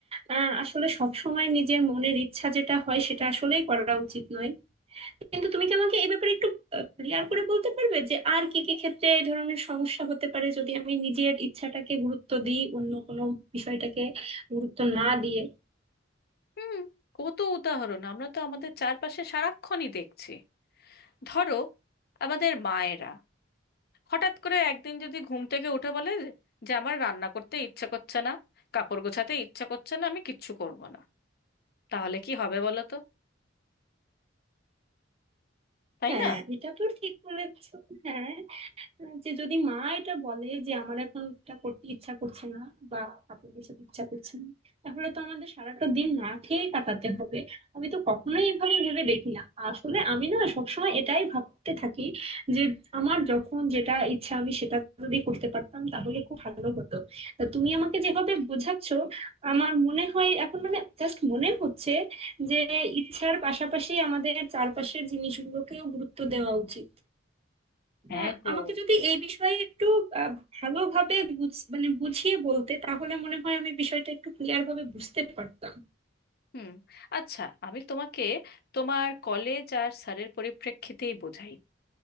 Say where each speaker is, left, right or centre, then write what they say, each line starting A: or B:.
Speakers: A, on the right; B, on the left.
A: আহ, আসলে সব সময় নিজের মনের ইচ্ছা যেটা হয় সেটা আসলেই করা উচিত নয় কিন্তু তুমি কি আমাকে এই ব্যাপারে একটু ক্লিয়ার করে বলতে পারবে যে আর কি কি ক্ষেত্রে এই ধরনের সমস্যা হতে পারে যদি আমি নিজের ইচ্ছাটাকে গুরুত্ব দিই অন্য কোনো বিষয়টাকে গুরুত্ব না দিয়ে
B: হুম কত উদাহরণ আমরা তো আমাদের চারপাশে সারাক্ষণই দেখছি ধরো আমাদের মায়েরা হঠাৎ করে একদিন যদি ঘুম থেকে উঠে বলে যে যে আমার রান্না করতে ইচ্ছে করছে না কাপড় গোছাতে ইচ্ছে করছে না আমি কিচ্ছু করব না তাহলে কি হবে বলো তো তাই
A: হ্যাঁ
B: না
A: এটা তো ঠিক বলেছো হ্যাঁ যে যদি মা এটা বলে যে আমার এখন এটা করতে ইচ্ছা করছে না বা কাপড় গোছাতে ইচ্ছা করছে না তাহলে তো আমাদের সারাটা দিন না খেয়ে কাটাতে হবে আমি তো কখনোই এভাবে ভেবে দেখি না আসলে আমি না সবসময় এটাই ভাবতে থাকি যে আমার যখন যেটা ইচ্ছা আমি সেটা যদি করতে পারতাম তাহলে খুব ভালো হতো তা তুমি আমাকে যেভাবে বোঝাচ্ছ আমার মনে হয় এখন মানে জাস্ট মনে হচ্ছে যে ইচ্ছার পাশাপাশি আমাদের চারপাশের জিনিসগুলোকেও গুরুত্ব দেওয়া উচিত
B: হ্যাঁ
A: আহ,
B: গো
A: আমাকে যদি এই বিষয়ে একটু আহ, ভালোভাবে বুঝ- মানে বুঝিয়ে বলতে তাহলে মনে হয় আমি বিষয়টা একটু ক্লিয়ার ভাবে বুঝতে পারতাম
B: হুম আচ্ছা আমি তোমাকে তোমার কলেজ আর স্যারের পরিপ্রেক্ষিতেই বোঝাই